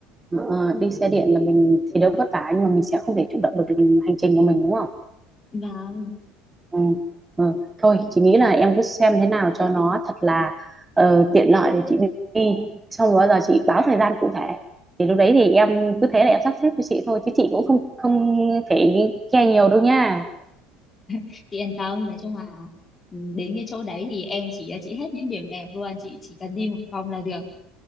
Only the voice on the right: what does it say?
Ờ, đi xe điện là mình thì đỡ vất vả nhưng mà mình sẽ không thể chủ động được hành trình của mình đúng không
ừ. Ừ. thôi chị nghĩ là em cứ xem thế nào cho nó thật là ờ, tiện lợi để chị đi xong rồi bao giờ chị báo thời gian cụ thể thì lúc đấy thì em cứ thế là em sắp xếp cho chị thôi chứ chị cũng không không phải care nhiều đâu nha